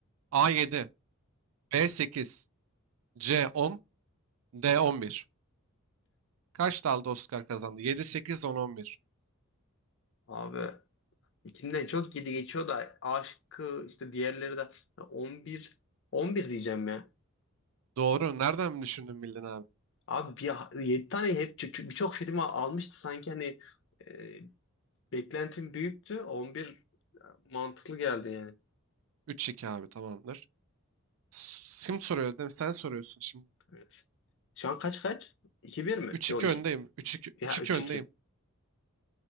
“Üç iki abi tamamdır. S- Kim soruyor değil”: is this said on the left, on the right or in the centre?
Right